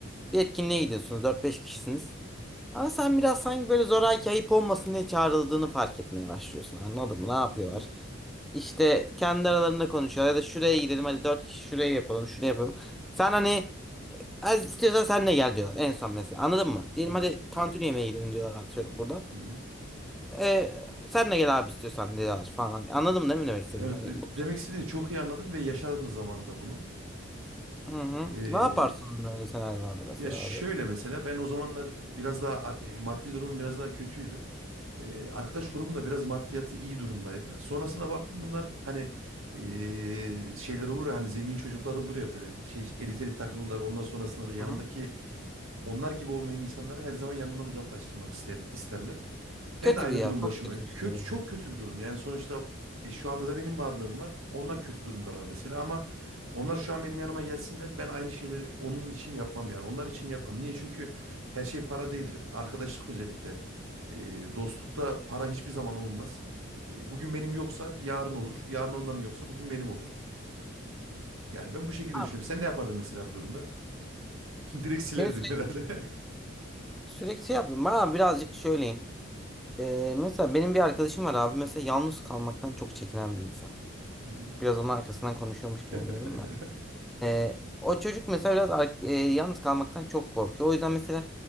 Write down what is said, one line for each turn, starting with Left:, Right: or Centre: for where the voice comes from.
Centre: Bir etkinliğe gidiyorsunuz dört beş kişisiniz. Ama sen biraz sanki böyle zoraki ayıp olmasın diye çağrıldığını fark etmeye başlıyorsun. Anladın mı? Ne yapıyorlar?
Right: hı hı.
Centre: İşte kendi aralarında konuşuyorlar ya da şuraya gidelim hadi 4 kişi şuraya yapalım şunu yapalım. Sen hani "Az istiyorsan sen de gel diyorlar en son mesela anladın mı? Diyelim
Right: Evet.
Centre: hadi tantuni yemeğe gidelim diyorlar atıyorum buradan.
Right: Hı hı.
Centre: E, sen de gel abi istiyorsan diyorlar falan. Anladın mı değil mi demek istediğim?
Right: Evet,
Centre: Hani
Right: evet.
Centre: bu
Right: demek istediğini çok iyi anladım ve yaşadım da zamanında bunu.
Centre: Hı hı.
Right: Ee,
Centre: Ne yaparsın böyle senaryolarda mesela
Right: Ya şöyle
Centre: abi?
Right: mesela ben o zamanlar biraz daha ar- e, maddi durumum biraz daha kötüydü. E, arkadaş grubum da biraz maddiyatı iyi durumdaydı. Sonrasında baktım bunlar hani e, şeyler olur ya hani zengin çocuklar olur ya böyle şey eliteli takılırlar. Ondan sonrasında da yanındaki
Centre: Hı hı.
Right: onlar gibi olmayan insanları her zaman yanından uzaklaştırmak isteyen, isterler.
Centre: Kötü
Right: Ben de aynı
Centre: bir yer.
Right: durum
Centre: Çok
Right: başıma.
Centre: kötü
Right: Kötü,
Centre: bir şey. ya.
Right: çok kötü bir durum. Yani sonuçta e, şu anda da benim varlığım var. Onlar kötü durumdalar mesela ama onlar şu an benim yanıma gelsinler. Ben aynı şeyleri onun için yapmam yani. Onlar için yapmam. Niye? Çünkü her şey para değildir. Arkadaşlık özellikle. E, dostlukta para hiçbir zaman olmaz. E, bugün benim yoksa yarın olur. Yarın onların yoksa bugün benim olur. Yani ben bu şekilde düşünüyorum.
Centre: Abi,
Right: Sen ne yapardın mesela bu durumda? <laughs> Direkt silerdin
Centre: beni sürekli,
Right: herhalde.
Centre: sürekli şey yaptım. Bana birazcık söyleyeyim. Ee, mesela benim bir arkadaşım var abi. Mesela yalnız kalmaktan çok çekinen bir insan.
Right: <laughs> Hı hı.
Centre: Biraz onun arkasından konuşuyormuş gibi
Right: <laughs>
Centre: oluyorum da. Ee, o çocuk mesela biraz ar- e, yalnız kalmaktan çok korkuyor. O yüzden mesela